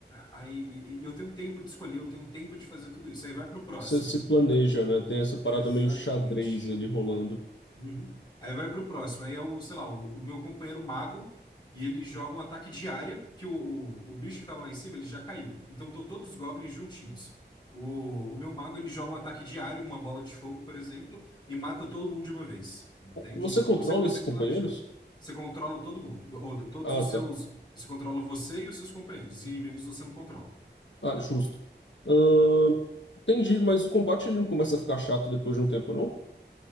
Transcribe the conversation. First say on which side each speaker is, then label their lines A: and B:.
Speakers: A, on the left; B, on the left.
A: aí e- e eu tenho tempo de escolher, eu tenho tempo de fazer tudo isso. Aí vai para o próximo.
B: Você se planeja, né? Tem essa parada
A: Exatamente.
B: meio xadrez ali rolando.
A: Uhum. Aí vai pro próximo. Aí é o, sei lá, o, o meu companheiro mago e ele joga um ataque de área que o, o, o bicho que tava lá em cima, ele já caiu. Então estão todos os goblins juntinhos. O, o meu mago, ele joga um ataque de área, uma bola de fogo, por exemplo, e mata todo mundo de uma vez. Entende?
B: Você
A: Então
B: controla
A: você consegue
B: esses companheiros?
A: planejar. Você controla todo mundo. Ou, todos
B: Ah,
A: os seus...
B: tá.
A: Você controla você e os seus companheiros. Os inimigos você não controla.
B: Ah, justo. Ahn, entendi, mas o combate ele não começa a ficar chato depois de um tempo, não?